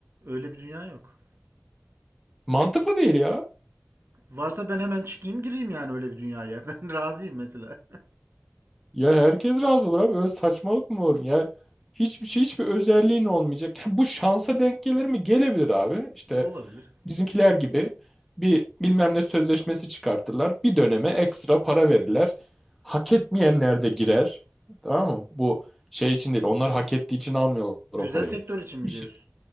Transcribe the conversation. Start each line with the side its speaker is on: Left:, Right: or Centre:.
Right: Öyle bir dünya yok.
Centre: Mantıklı değil ya.
Right: Varsa ben hemen çıkayım gireyim yani öyle bir dünyaya. <laughs> Ben razıyım mesela.
Centre: Ya herkes razı olur abi. Öyle saçmalık mı olur? Ya hiçbir şey, hiçbir özelliğin olmayacak. Ha, bu şansa denk gelir mi? Gelebilir abi. İşte
Right: <laughs> Olabilir.
Centre: Bizimkiler gibi bir bilmem ne sözleşmesi çıkartırlar. Bir döneme ekstra para verirler. Hak etmeyenler de girer. Tamam mı? Bu şey için değil. Onlar hak ettiği için almıyorlar
Right: Özel
Centre: o parayı.
Right: sektör için mi
Centre: Bir şey-
Right: diyorsun?